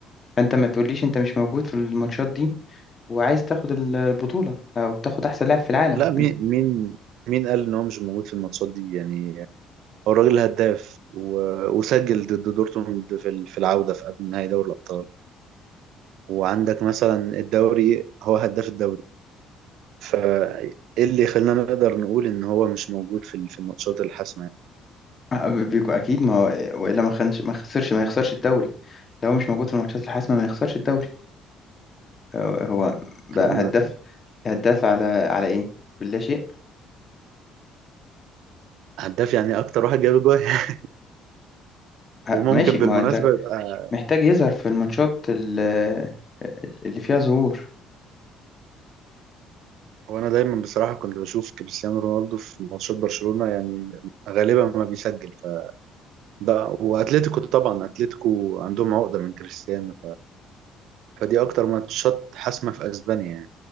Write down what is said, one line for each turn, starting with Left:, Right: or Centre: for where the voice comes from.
Left: فانت ما تقوليش انت مش موجود في الماتشات دي وعايز تاخد ال- البطولة او تاخد احسن لاعب في العالم
Right: لا مين مين مين قال إن هو مش موجود في الماتشات دي يعني هو الراجل هداف و... وسجل ضد دورتموند في ال- في العودة في قبل نهائي دوري الأبطال وعندك مثلا الدوري هو هداف الدوري فايه اللي يخلينا نقدر نقول ان هو مش موجود في ال- في الماتشات الحاسمه
Left: أه، بيكون اكيد ما هو والا ما خنش ما خسرش ما يخسرش الدوري لو مش موجود في الماتشات الحاسمة ما يخسرش الدوري هو هو بقى
Right: يعني
Left: هداف هداف على على ايه باللا شيء
Right: هداف يعني اكتر واحد جاب جول <laughs>
Left: ه-
Right: وممكن
Left: ماشي ما
Right: بالمناسبه
Left: هو انت
Right: يبقى
Left: محتاج يظهر في الماتشات ال- اللي فيها ظهور
Right: هو انا دايما بصراحه كنت بشوف كريستيانو رونالدو في ماتشات برشلونه يعني غالبا ما بيسجل فده واتلتيكو طبعا اتلتيكو عندهم عقده من كريستيانو فدي اكتر ماتشات حاسمه في اسبانيا يعني